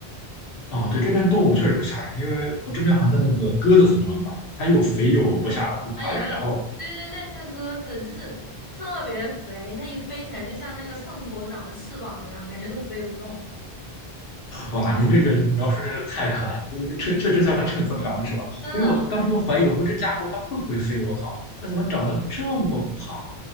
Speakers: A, on the left (about 65°); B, on the left (about 35°).
A: 哦，对，这边动物确实不吓人，因为我这边好像那个鸽子很多，对吧？它又肥又不吓不怕人，
B: 哎呀，
A: 然后
B: 对对对，那鸽子就是特别肥，它一飞起来就像那个秤砣长了翅膀一样，感觉都飞不动，
A: 哇，您这个描述真是太可爱了，我确确实像秤砣长了翅膀。
B: 真的。
A: 其实我当时都怀疑，我说这家伙它会不会飞？我靠，它怎么长得这么胖？
B: 对